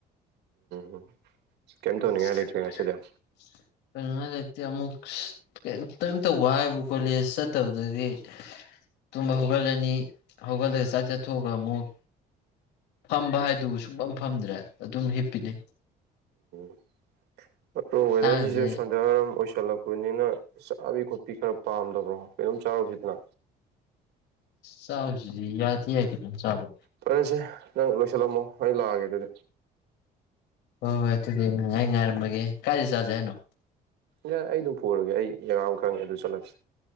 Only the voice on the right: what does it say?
ꯎꯝ ꯀꯩꯝ
ꯂꯩꯇ꯭ꯔꯦ
ꯉꯁꯤꯗꯤ
<unintelligible> <unintelligible>
ꯋꯦꯗꯔꯁꯤꯁꯨ ꯁꯟꯗ꯭ꯌꯥ ꯋꯥꯏꯔꯝ ꯑꯣꯏꯁꯟ ꯀꯜꯂꯛꯄꯅꯤꯅ ꯆꯥꯕꯤ ꯈꯣꯠꯄꯤ ꯈꯔ ꯄꯥꯝꯗꯕ꯭ꯗ‌ꯣ ꯀꯩꯅꯣꯝ ꯆꯥꯔꯨꯁꯤꯗꯅ
ꯐꯔꯦꯁꯦ ꯅꯪ ꯂꯣꯏꯁꯜꯂꯝꯃꯣ ꯑꯩ ꯂꯥꯛꯑꯒꯦ ꯑꯗꯨꯗꯤ
ꯌꯥꯢ ꯑꯩ ꯗꯨꯝ ꯄꯨꯔꯒꯦ ꯑꯩ ꯖꯒꯥ ꯑꯃ ꯈꯪꯉꯦ ꯑꯗꯨ ꯆꯠꯂꯁꯦ